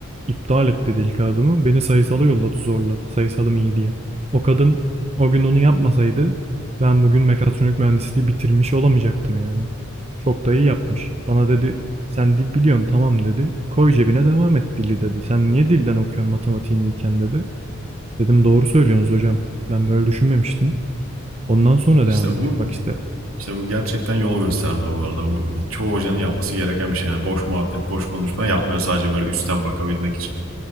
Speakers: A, on the right; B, on the right.
A: İptal etti dil kağıdımı. Beni sayısala yolladı zorla. Sayısalım iyi diye. O kadın o gün onu yapmasaydı ben bugün mekatronik mühendisliği bitirmiş olamayacaktım yani. Çok da iyi yapmış. Bana dedi sen dil biliyorsun tamam dedi. Koy cebine devam et dili dedi. Sen niye dilden okuyorsun matematiğini iyiken dedi. Dedim doğru söylüyorsunuz hocam. Ben böyle düşünmemiştim. Ondan sonra
B: İşte
A: devam ettik
B: bu
A: bak işte.
B: işte bu gerçekten yol gösterme bu arada. Bu çoğu hocanın yapması gereken bir şey. Yani boş muhabbet, boş konuşma yapmıyor sadece böyle üstten bakabilmek için.